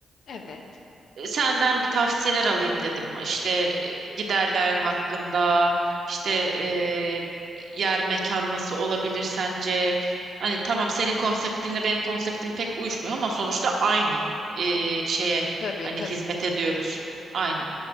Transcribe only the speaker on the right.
senden bir tavsiyeler alayım dedim. İşte e, giderler hakkında, işte e, yer mekan nasıl olabilir sence? Hani tamam senin konseptinle benim konseptim pek uyuşmuyor ama sonuçta aynı e, şeye
hani
hizmet ediyoruz. Aynen.